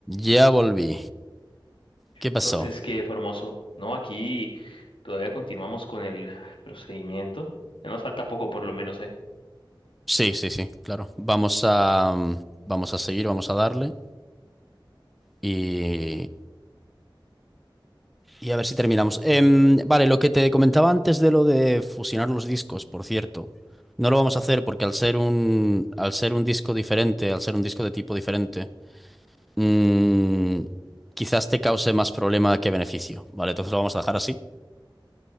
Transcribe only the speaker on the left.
Entonces, qué hermoso, No, aquí todavía continuamos con el procedimiento. Ya nos falta poco, por lo menos, ¿eh?